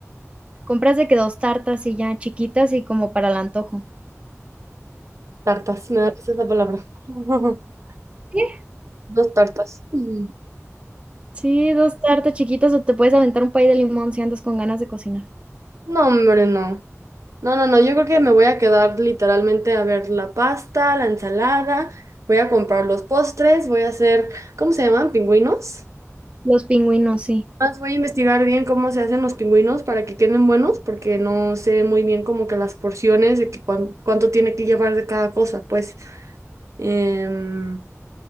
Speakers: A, on the right; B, on the right.
A: compras de que dos tartas y ya chiquitas y como para el antojo.
B: Tartas, me da risa esa palabra. <laughs>
A: Sí,
B: Dos tartas. Mm.
A: sí, dos tartas chiquitas o te puedes aventar un pay de limón si andas con ganas de cocinar.
B: No, hombre, no. No, no, no, yo creo que me voy a quedar literalmente a ver la pasta, la ensalada, voy a comprar los postres, voy a hacer, ¿cómo se llaman? ¿Pingüinos?
A: Los pingüinos, sí.
B: Más voy a investigar bien cómo se hacen los pingüinos para que queden buenos, porque no sé muy bien como que las porciones de que cuán- cuánto tiene que llevar de cada cosa, pues. Em,